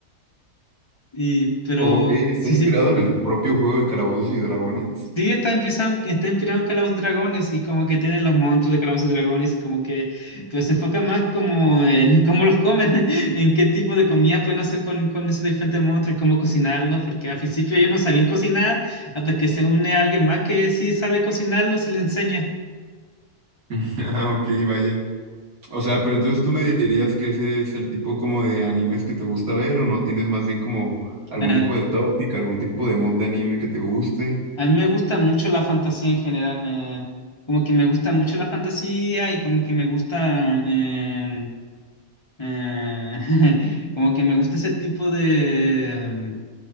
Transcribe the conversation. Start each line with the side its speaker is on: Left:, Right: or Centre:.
Left: Y, pero
Right: Ok, está
Left: sí,
Right: inspirado
Left: sí.
Right: en el propio juego de Calabozos y Dragones.
Left: Sí, está inspirado, está inspirado en Calabozos y Dragones y como que tienen los monstruos de Calabozos y Dragones y como que pero se enfoca más como en <laughs> cómo los comen, <laughs> en qué tipo de comida pueden hacer con, con esos diferentes monstruos y cómo cocinarlos, porque al principio ellos no sabían cocinar hasta que se une a alguien más que sí sabe cocinarlos y le enseña.
Right: <laughs> Ah, ok, vaya. O sea, pero entonces tú me dirías que ese es el tipo como de animes que te gusta ver o no tienes más bien como algún
Left: Ah,
Right: tipo de tópica, algún tipo de mood de anime que te guste,
Left: A mí me gusta mucho la fantasía en general, eh, como que me gusta mucho la fantasía y como que me gusta, eh, eh, <laughs> como que me gusta ese tipo de,